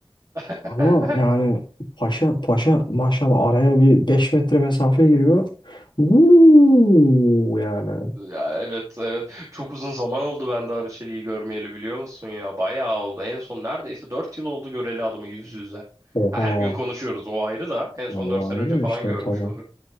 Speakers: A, on the right (about 35°); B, on the left (about 55°).
A: <laughs>
B: Ama yani paşa paşa maşallah araya bir 5 metre mesafe giriyor. Uuu yani.
A: Ya evet evet. Çok uzun zaman oldu ben de Arıçeli'yi görmeyeli biliyor musun ya? Bayağı oldu. En son neredeyse 4 yıl oldu göreli adamı yüz yüze.
B: Oha.
A: Her gün konuşuyoruz o ayrı da. En
B: Ya
A: son
B: vay
A: 4 sene
B: öyle
A: önce falan
B: işte
A: görmüşüm.
B: tabii.